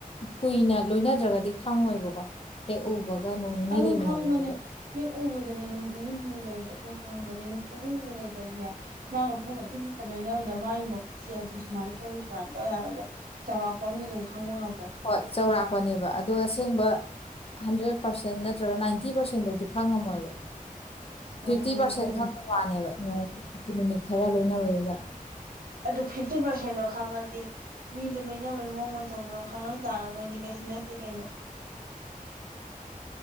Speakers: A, on the left (about 40°); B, on the right (about 90°).
A: ꯀꯨꯏꯅ ꯂꯣꯏꯅꯗ꯭ꯔꯒꯗꯤ ꯈꯪꯉꯣꯏꯕꯀꯣ ꯍꯦꯛ ꯎꯕꯒ ꯅꯣꯡ ꯅꯤꯅꯤ
B: ꯑꯗꯨꯝ
A: ꯂꯩꯃꯤꯟꯅꯅꯤꯗꯦ
B: ꯈꯪꯕꯅꯦ ꯍꯦꯛ ꯎꯕꯗꯅꯦ ꯅꯨꯃꯤꯠ ꯅꯤꯅꯤ ꯍꯨꯝꯅꯤ ꯂꯩꯕꯗ ꯑꯗꯨꯝ ꯈꯪꯕꯅꯦ ꯅꯨꯃꯤꯠ ꯅꯤꯅꯤ ꯍꯨꯝꯅꯤ ꯂꯩꯇ꯭ꯔꯁꯨꯅꯦ ꯃꯥꯒ ꯄꯨꯡꯉꯛ ꯏꯪ ꯍꯛꯇꯗꯣꯏꯅꯕꯗ ꯃꯥꯒꯤ ꯏꯆꯦꯠ ꯑꯁꯤ ꯁꯨꯃꯥꯏꯅ ꯇꯧꯋꯤ ꯁꯨꯃꯥꯏꯅ ꯇꯧꯋꯤ ꯍꯥꯏꯕ ꯑꯗꯣ ꯆꯥꯎꯔꯥꯛꯄꯗꯤ ꯑꯗꯨꯝ ꯈꯪꯕ ꯉꯝꯃꯦ
A: ꯍꯣꯏ ꯆꯥꯎꯧꯔꯥꯛꯄꯅꯦꯕ ꯑꯗꯣ ꯑꯁꯦꯡꯕ ꯍꯟꯗ꯭ꯔꯦꯠ ꯄꯥꯔꯁꯦꯟ ꯅꯠꯇ꯭ꯔꯒ ꯅꯥꯏꯟꯇꯤ ꯄꯥꯔꯁꯦꯟꯐꯥꯎꯗꯤ ꯈꯪꯉꯝꯃꯣꯏꯕ
B: ꯉꯝꯃꯣꯏ
A: ꯐꯤꯐꯇꯤ ꯄꯥꯔꯁꯦꯟ
B: ꯑꯗꯨꯕꯨꯗꯤ
A: ꯈꯪꯕ ꯋꯥꯅꯦꯕꯣꯡ ꯅꯨꯃꯤꯠ ꯈꯔ ꯂꯣꯏꯅꯕꯒ
B: ꯑꯗꯨ ꯐꯤꯐꯇꯤ ꯄꯥꯔꯁꯦꯟꯗꯣ ꯈꯪꯉꯗꯤ ꯃꯤꯗꯨꯣ ꯂꯣꯏꯅꯕꯒꯤ ꯃꯑꯣꯡ ꯃꯇꯧꯗꯣ ꯈꯪꯉꯛ ꯇꯥꯔꯒꯣꯏꯗꯤ ꯀꯩꯁꯨ ꯅꯠꯇꯦ ꯀꯩꯅꯣ